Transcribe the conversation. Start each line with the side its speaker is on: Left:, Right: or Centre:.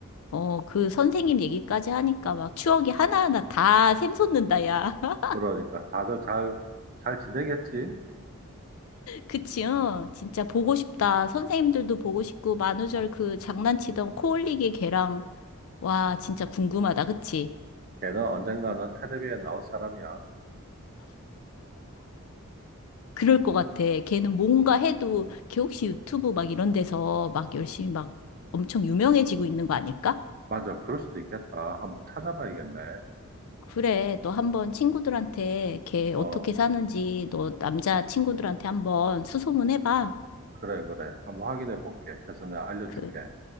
Left: 어, 그 선생님 얘기까지 하니까 막 추억이 하나하나 다 샘솟는다, 야. <laughs>
Right: 그러니까 다들 잘, 잘 지내겠지?
Left: 그치, 어? 진짜 보고 싶다. 선생님들도 보고 싶고, 만우절 그 장난치던 코 올리기 걔랑, 와, 진짜 궁금하다, 그치?
Right: 걔는 언젠가는 텔레비에 나올 사람이야.
Left: 그럴 것 같아. 걔는 뭔가 해도 걔 혹시 유튜브 막 이런 데서 막 열심히 막 엄청 유명해지고 있는 거 아닐까?
Right: 맞아, 그럴 수도 있겠다. 한번 찾아봐야겠네.
Left: 그래, 너 한번 친구들한테 걔
Right: 어,
Left: 어떻게 사는지 너 남자 친구들한테 한번 수소문 해봐.
Right: 그래, 그래. 한번 확인해 볼게. 그래서 내가 알려줄게.
Left: 그,